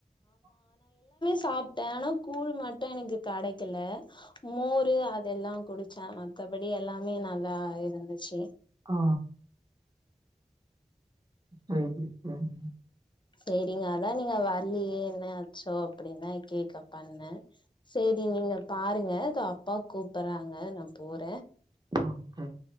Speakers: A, on the left (about 30°); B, on the right (about 25°).
A: சாப்ட்ட ஆனா கூழ் மட்டு எனக்கு கெடைக்கல மோரு அதெல்லா குடிச்சே மத்தபடி எல்லாமே நல்லா இருந்துச்சு
B: ஆ <unintelligible>
A: சேரிங்க அதா நீங்க வர்லியே என்னாச்சோ அப்பிடின்னு கேக்கப் பண்ண சேரி நீங்க பாருங்க இதோ அப்பா கூப்பறாங்க நா போற
B: ஆ செர்